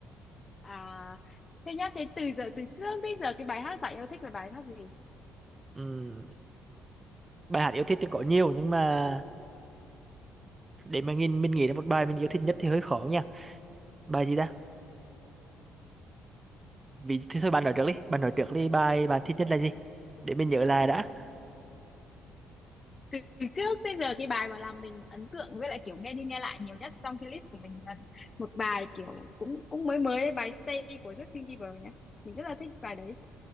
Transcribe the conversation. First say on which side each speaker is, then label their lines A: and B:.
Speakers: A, on the left (about 30°); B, on the right (about 20°).
A: à thế nhá thế từ giờ từ trước đến giờ cái bài hát bạn yêu thích là bài hát gì
B: Ừm, bài hát yêu thích thì có nhiều nhưng mà để mà nhìn mình nghĩ là một bài mình yêu thích nhất thì hơi khó nha bài gì ta vì thì thôi bạn nói trước đi bạn nói trước đi bài bạn thích nhất là gì để mình nhớ lại đã
A: từ, từ trước đến giờ cái bài mà làm mình ấn tượng với lại kiểu nghe đi nghe lại nhiều nhất trong cái list của mình là một bài kiểu cũng cũng mới mới đấy, bài Stay của Justin Bieber nhá mình rất là thích bài đấy